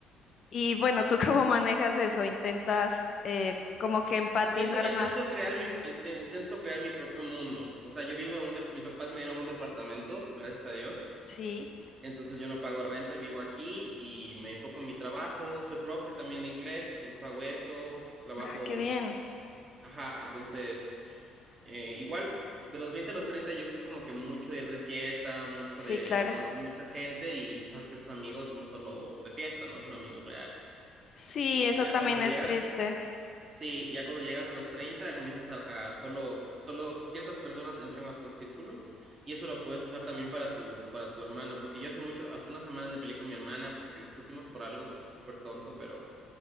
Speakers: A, on the left (about 40°); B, on the right (about 30°).
A: Y bueno, ¿tú <laughs> cómo manejas eso? ¿Intentas eh, como que empatizar
B: Intento, intento
A: más?
B: crear mi, int- intento crear mi propio mundo. O sea, yo vivo en un, dep- mis papás me dieron un departamento, gracias a Dios.
A: Sí.
B: Entonces yo no pago renta y vivo aquí y me enfoco en mi trabajo. Soy profe también de inglés, entonces hago eso. Trabajo
A: Ah, qué bien.
B: Ajá, entonces, eh, igual, de los 20 a los 30 yo fui como que mucho de ir de fiesta, mucho
A: Sí,
B: de
A: claro.
B: conocer mucha gente y tú sabes que esos amigos son solo de fiesta, no son amigos reales.
A: Sí,
B: Y
A: eso
B: ya
A: también
B: cuando llegas,
A: es triste.
B: sí, ya cuando llegas a los 30 comienzas a, a solo, solo ciertas personas entran a tu círculo y eso lo puedes usar también para tu, para tu hermano, porque yo hace mucho, hace unas semanas me peleé con mi hermana porque discutimos por algo súper tonto, pero...